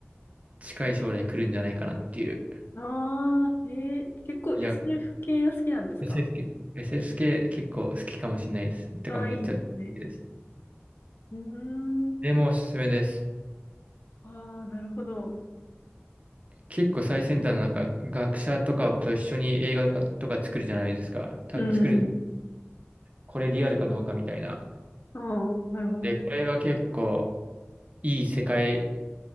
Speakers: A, on the right (about 35°); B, on the left (about 55°).
A: 近い将来来るんじゃないかなっていう。
B: ああ、えー、結構
A: いや、
B: SF 系が好きなんですか
A: SSK、SSK 結構好きかもしれないです。てか、
B: ああいいですね。
A: めっちゃ好きです。
B: うーん、
A: でもおすすめです。
B: ああなるほど。
A: 結構最先端のなんか学者とかと一緒に映画とかとか作るじゃないですか。多分作る、
B: うん、
A: これリアルかどうかみたいな。
B: ああなるほど。
A: で、これが結構いい世界、